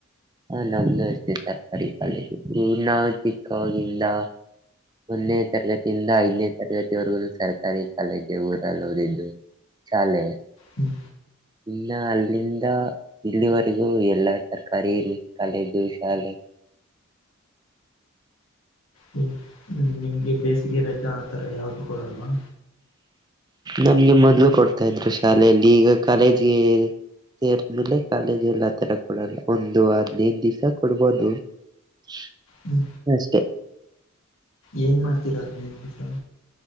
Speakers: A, on the right (about 20°); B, on the left (about 70°).
A: ಹ ನಮ್ದು ಅಷ್ಟೇ ಸರ್ಕಾರಿ ಕಾಲೇಜು ನಾವು ಚಿಕ್ಕಾಗಿಂದ ಮೊನ್ನೆ ತರಗತಿಯಿಂದ ಐದನೇ ತರಗತಿವರೆಗೂ ಸರ್ಕಾರಿ ಕಾಲೇಜೆ ಊರಲ್ಲೋದಿದ್ದು ಶಾಲೆ
B: ಹ್ಮ್
A: ಇನ್ನ ಅಲ್ಲಿಂದ ಇಲ್ಲಿವರೆಗೂ ಎಲ್ಲ ಸರ್ಕಾರಿ ಹಿರಿ ಕಾಲೇಜುಶಾಲೆ <inaudible>
B: ಹ್ಮ್ಮ ನಿಮ್ಗೆ ಬೇಸಿಗೆ ರಜಾ ಆ ತರ ಯಾವ್ದು ಕೊಡಲ್ವಾ
A: ನಮ್ಗೆ ಮೊದ್ಲು ಕೊಡ್ತಾ ಇದ್ರು ಶಾಲೆಯಲ್ಲಿ ಈಗ ಕಾಲೇಜ್ಗೆ ಸೇರ್ಡ್ಮೆಲೆ ಮೇಲೆ ಕಾಲೇಜಲ್ಲಾತಾರ ಕೊಡಲ್ಲ ಒಂದ್ ಐದಿನೈದು ದಿವಸ ಕೊಡಬಹುದು <inaudible>
B: ಹ್ಮ್
A: ಅಷ್ಟೇ
B: ಏನ್ ಮಾಡ್ತೀರಾ ಅದನೇರ್ ದಿವಸ